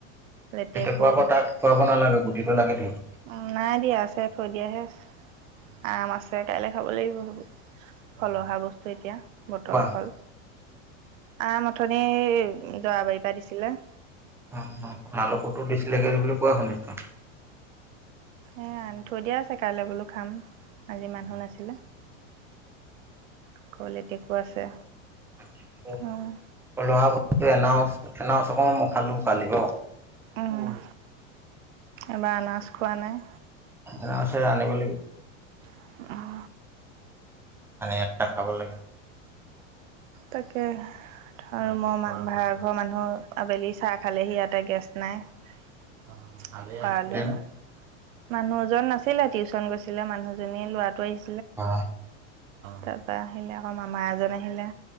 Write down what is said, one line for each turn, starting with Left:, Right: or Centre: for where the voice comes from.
Right: লেটেকু
Centre: তেনেকুৱা আকৌ
Right: <unintelligible>
Centre: তাক খুৱাব নালাগে গুটিটো লাগে থাকিব
Right: উম, নাই দিয়া আছে থৈ দিয়াহে আছে, আম আছে। কাইলে খাব লাগিব সেইবোৰ, ফল অহা বস্তু এতিয়া বতৰ
Centre: কোৱা
Right: হল। আম অথনি, যাৰাবাৰীৰ পৰা দিছিলে।
Centre: অ', ভাল <unintelligible> দিছিলে বুলি কোৱা শুনিছোঁ।
Right: এ আনি থৈ দিয়া আছে কাইলে বোলো খাম, আজি মানুহ নাছিলে। কল লেটেকু আছে।
Centre: <unintelligible>
Right: অ'
Centre: পলহা বস্তু <unintelligible> খালোঁ কালি বাউ।
Right: উম, আমাৰ আনাৰস খোৱা নাই।
Centre: আনাৰসে আনিব লাগিব।
Right: <unintelligible>
Centre: আনি এটা খাব লাগে
Right: তাকে, আৰু মই-মা ভাড়াঘৰৰ মানুহ আবেলি চাহ খালেহি ইয়াতে গেছ নাই, <unintelligible>
Centre: কালি
Right: খালোঁ।
Centre: আহিলে
Right: মানুহ এজন নাছিলে টিউচন গৈছিলে মানুহজনী ল'ৰাটো আহিছ
Centre: অ।
Right: তাৰপা আহিলে আকৌ মামা এজন আহিলে।